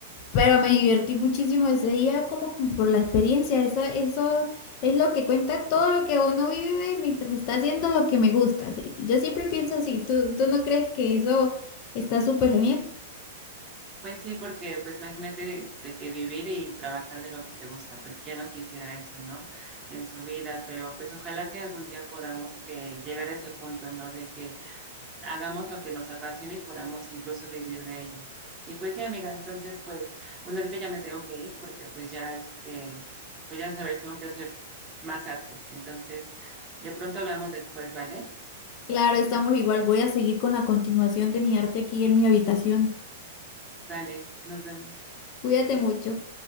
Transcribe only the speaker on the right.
Pues sí, porque pues imagínate de que vivir y trabajar de lo que te gusta, pues quién no quisiera eso, ¿no? En su vida, pero pues ojalá que algún día podamos que llegar a ese punto, ¿no? De que hagamos lo que nos apasiona y podamos incluso vivir de ello. Y pues sí, amiga, entonces pues, bueno, ahorita ya me tengo que ir porque pues ya este, pues ya sabes, tengo que hacer más arte. Entonces, de pronto hablamos después, ¿vale?
Vale, nos vemos.